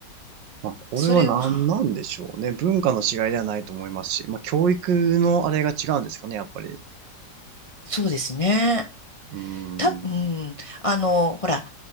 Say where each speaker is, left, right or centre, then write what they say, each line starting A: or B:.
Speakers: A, on the right; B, on the left.
A: まあ、これは何なんでしょうね。
B: それは、
A: 文化の違いではないと思いますし、まあ、教育のあれが違うんですかね、やっぱり。
B: そうですね。
A: うーん。
B: た、うん。あの、ほら、